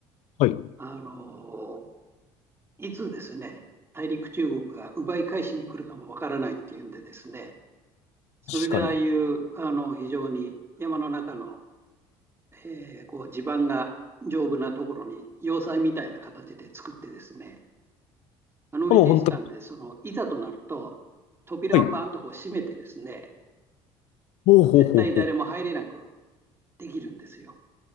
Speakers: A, on the left; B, on the right.
A: はい。確
B: あの、いつですね、大陸中国が奪い返しに来るかもわからないっていうんでですね、それでああいうあの非常に山の中の、
A: かに。
B: えーこう地盤が丈夫なところに要塞みたいな形で作ってですね、あの美術館ってそのいざとなると扉をバンとこう閉めてですね、
A: もう本当に、はい。ほうほうほうほ
B: 絶対誰も入れなくできるんですよ。